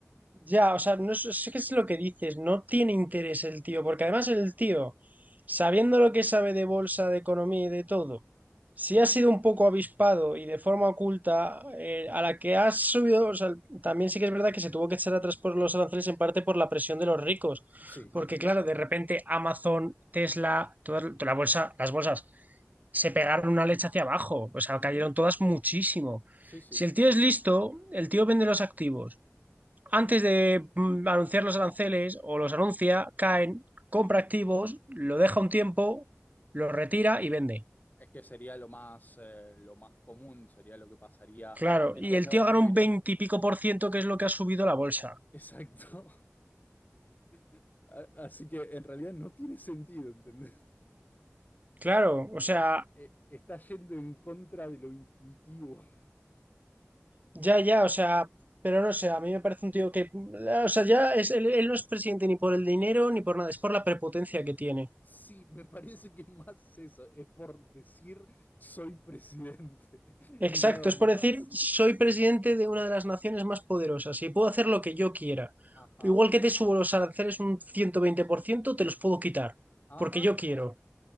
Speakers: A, on the right (about 35°); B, on the left (about 35°).
A: Ya, o sea, no sé sé qué es lo que dices, no tiene interés el tío, porque además el tío, sabiendo lo que sabe de bolsa, de economía y de todo, si
B: <laughs> Ujú.
A: ha sido un poco avispado y de forma oculta, eh, a la que ha subido, o sea, también sí que es verdad que se tuvo que echar atrás por los aranceles en parte por la presión de los ricos,
B: Sí,
A: porque claro, de repente Amazon, Tesla, toda toda la bolsa, las bolsas se pegaron una leche hacia abajo, o sea,
B: ujú,
A: cayeron todas muchísimo.
B: Sí, sí.
A: Si el tío es listo, el tío vende los activos antes de mm, anunciar los aranceles o los anuncia, caen, compra activos, lo deja un tiempo, lo retira y vende.
B: Es que sería lo más, eh, lo más común, sería lo que pasaría
A: Claro,
B: en
A: y
B: todos
A: el
B: lados,
A: tío gana
B: pero
A: un veintipico por ciento, que es lo que ha subido la bolsa.
B: Exacto. <laughs> A- Así que en realidad no tiene sentido, ¿entendés?
A: Claro, o sea,
B: Eh, Está yendo en contra de lo intuitivo.
A: ya, ya, o sea, pero no sé, a mí me parece un tío que, o sea, ya es, él, él no es presidente ni por el dinero ni por nada, es por la prepotencia que tiene.
B: Sí, me parece que es más eso, es por decir soy presidente <laughs>
A: Exacto,
B: y nada
A: es
B: más.
A: por decir, soy presidente de una de las naciones más poderosas y puedo hacer lo que yo quiera.
B: Ajá,
A: Igual que te subo los aranceles un 120%, te los puedo quitar,
B: ajá,
A: porque yo quiero.